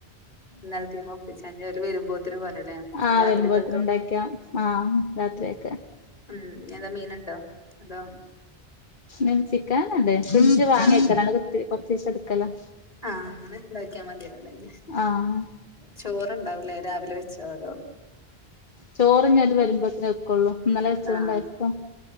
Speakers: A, on the left (about 35°); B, on the left (about 50°).
A: ഇന്നൽത്തീമെ ഒപ്പിച്ചഞ്ഞ അവര് വരുമ്പോ <unintelligible> പോരലെ
B: ആഹ്
A: രാത്രികക്കൊ
B: വരുമ്പോത്തിന് ഉണ്ടാക്കിയാ ആഹ് രാത്രിയൊക്കെ
A: ഉം എന്താ മീന അതാ അതൊ
B: മി ചിക്കനൊക്കെ <unintelligible> ണ്ട് ഫ്രിഡ്ജ് വാങ്ങ്യക്കലാണ്
A: ആഹ്
B: കൊറ്ച്ചീസം ഇട്ക്കല
A: ആഹ് അങ്ങനെ ഉണ്ടാക്കിയാ മത്യല്ലൊല്ലേ
B: ആഹ്
A: ചോറുണ്ടാവുലേ രാവിലെ വെ ച്ചോ തോ
B: ചോറ്ഞ്ഞല് വരുമ്പോത്ത്ന് വെക്കൊള്ളൂ ഇന്നലെ വെച്ചത്ണ്ടായ
A: ആഹ്
B: പ